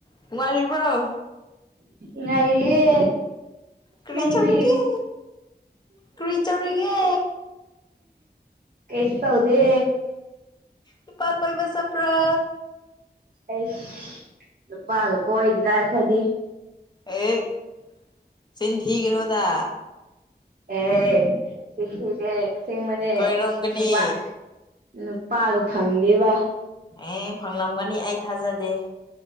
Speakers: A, on the left; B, on the right.
A: ꯅꯨꯡꯉꯥꯏꯔꯤꯕꯔꯣ
B: ꯉꯥꯏꯔꯤꯌꯦ
A: ꯀꯔꯤ
B: ꯅꯪꯗꯤ
A: ꯇꯧꯔꯤꯒꯦ ꯀꯔꯤ ꯇꯧꯔꯤꯒꯦ
B: ꯀꯩꯁꯨ ꯇꯧꯗꯦ
A: ꯅꯨꯄꯥ ꯀꯣꯏꯕꯥ ꯆꯠꯄꯔꯣ
B: ꯑꯩꯁ ꯅꯨꯄꯥꯒ ꯀꯣꯏꯗꯦꯗꯥ ꯑꯩꯈꯣꯏꯗꯤ
A: ꯑꯩꯠ ꯆꯤꯟ ꯊꯤꯒꯅꯨꯗꯥ
B: ꯑꯦ ꯆꯤꯟ ꯊꯤꯗꯦ ꯑꯁꯦꯡꯕꯅꯦ
A: ꯀꯣꯏꯔꯝꯒꯅꯤ
B: ꯅꯨꯄꯥ ꯅꯨꯄꯥꯒ ꯐꯪꯗꯦꯕ
A: ꯑꯦ ꯐꯪꯂꯝꯒꯅꯤ ꯑꯩ ꯊꯥꯖꯗꯦ